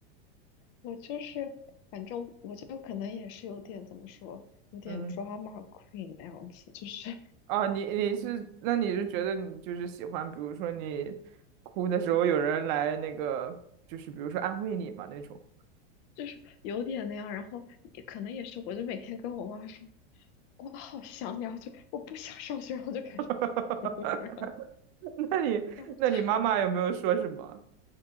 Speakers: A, on the left; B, on the right.
A: 我就是，反正我就可能也是有点怎么说，有点
B: 嗯，
A: drama queen 那样子，就是 <laughs>
B: 啊，你你是，那你是觉得你就是喜欢，比如说你哭的时候有人来那个，就是比如说安慰你嘛那种。
A: 就是有点那样。然后也可能也是，我就每天跟我妈说，我好想你，啊，就我不想上学，然后就开始
B: <laughs>
A: 哭，<laughs>
B: 那你那你妈妈有没有说什么？
A: 然后就